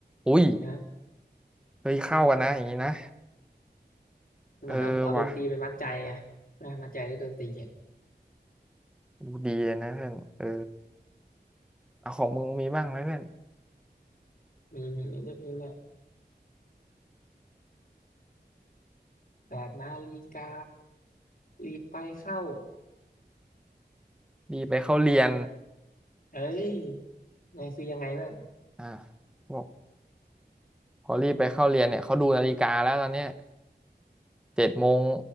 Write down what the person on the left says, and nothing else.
นะ
เหมือนเอาเอาดนตรีไปมัดใจอะนะมัดใจด้วยดนตรีอะ
มีมีด้วยเพลงเนี่ยแบบนาฬิการีบไปเข้า
เอ้ยนี่คือยังไงบ้าง